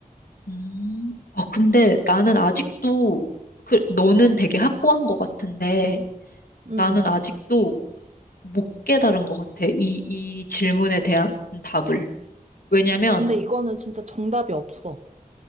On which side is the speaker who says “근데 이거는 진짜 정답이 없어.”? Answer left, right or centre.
Right